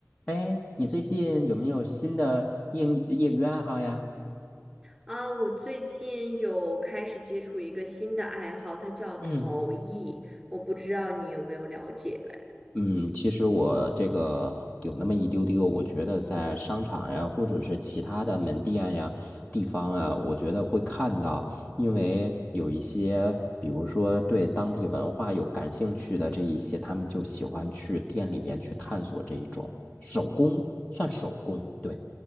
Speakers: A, on the left; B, in the centre.
A: 哎，你最近有没有新的业余业余爱好呀？
B: 啊，我最近有开始接触一个新的爱好，它叫陶艺，
A: 嗯
B: 我不知道你有没有了解嘞。
A: 嗯，其实我这个有那么一丢丢，我觉得在商场呀，或者是其他的门店呀、地方啊，我觉得会看到，因为有一些，比如说对当地文化有感兴趣的这一些，他们就喜欢去店里边去探索这一种手工，算手工，对。